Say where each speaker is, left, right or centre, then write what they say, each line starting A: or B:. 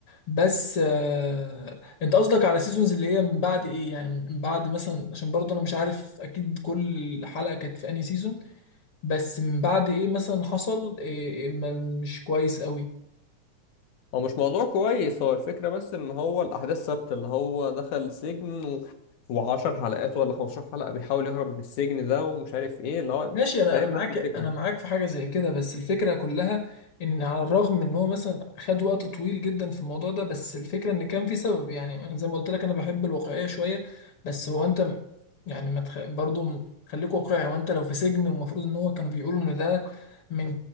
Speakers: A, on the left (about 60°); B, on the left (about 75°).
A: بس آه انت قصدك على سيزونز اللي هي من بعد ايه يعني من بعد مثلا عشان برضه انا مش عارف اكيد كل حلقة كانت في انهي سيزون بس من بعد ايه مثلا حصل إيه إيه ما- مش كويس قوي
B: هو مش موضوع كويس هو الفكرة بس ان هو الاحداث ثابتة اللي هو دخل سجن و... وعشر حلقات ولا 15 حلقة بيحاول يهرب من السجن ده ومش عارف ايه اللي هو
A: ماشي انا
B: فاهم
A: انا معاك
B: نفس الفكرة
A: انا معاك في حاجه زي كده بس الفكره كلها ان على الرغم من ان هو مثلا خد وقت طويل جدا في الموضوع ده بس الفكره ان كان في سبب يعني أنا زي ما قلت لك انا بحب الواقعيه شويه بس هو انت م- يعني ما تخ... برضو م- خليك واقعي وانت لو في سجن المفروض ان هو كانوا بيقولوا ان ده من